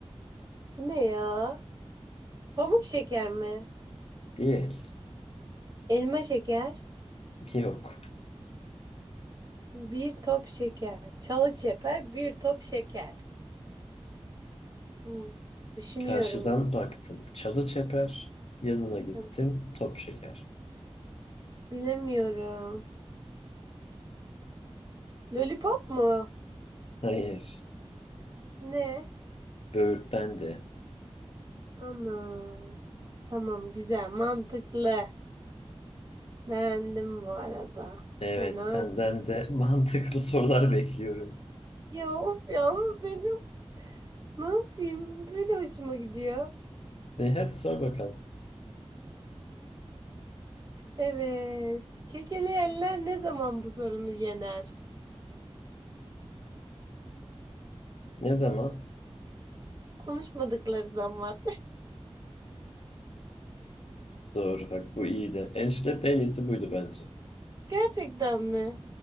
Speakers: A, on the right (about 30°); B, on the left (about 70°).
A: Bu ne ya? Pamuk şeker mi?
B: Değil.
A: Elma şeker.
B: Yok.
A: Bir top şeker. Çalı çeper bir top şeker. Hmm, Düşünüyorum,
B: Karşıdan baktım. Çalı çeper. Yanına
A: düşünüyorum.
B: gittim. Top şeker.
A: Bilemiyorum. Lollipop mu?
B: Hayır.
A: Ne?
B: Böğürtlen de.
A: Ana. Tamam güzel mantıklı. Beğendim bu arada.
B: Evet,
A: Fena.
B: senden de <laughs> mantıklı sorular bekliyorum.
A: Ya of ya ama benim ne yapayım? Böyle hoşuma gidiyor.
B: E, hadi sor bakalım.
A: Evet. Kekeleyenler ne zaman bu sorunu yener?
B: Ne zaman?
A: Konuşmadıkları zaman.
B: Doğru bak bu iyiydi. Enişte de en iyisi buydu bence.
A: Gerçekten mi?